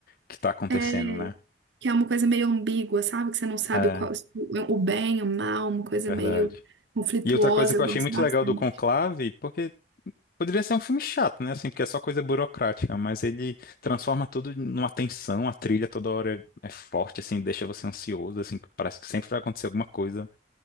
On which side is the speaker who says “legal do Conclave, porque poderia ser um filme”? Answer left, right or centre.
Left